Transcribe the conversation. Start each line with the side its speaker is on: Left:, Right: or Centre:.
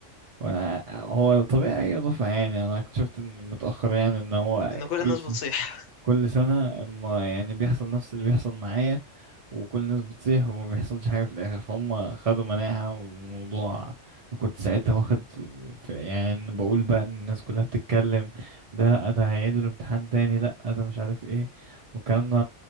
Right: وأنا هو طبيعي أي دفعة يعني أنا اكتشفت إن متأخر يعني إن هو
Left: ان كل
Right: كل
Left: الناس
Right: سنة
Left: بتصيح
Right: كل سنة ما يعني بيحصل نفس اللي بيحصل معايا وكل الناس بتطيح وما بيحصلش حاجة في الآخر فهم خدوا مناعة والموضوع كنت ساعتها واخد في يعني إن بقول بقى إن الناس كلها بتتكلم ده لأ ده هيعيدوا الامتحان تاني لأ ده مش عارف ايه والكلام ده